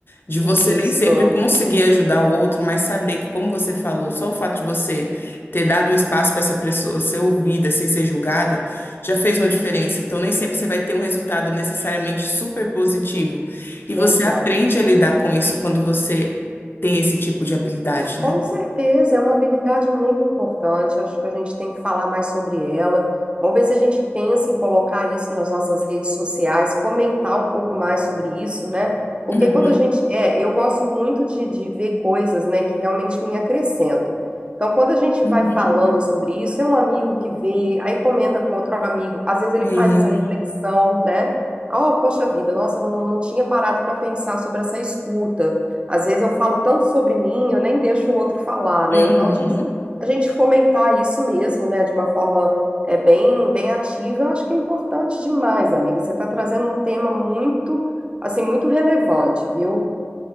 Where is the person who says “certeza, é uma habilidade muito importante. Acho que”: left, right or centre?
Right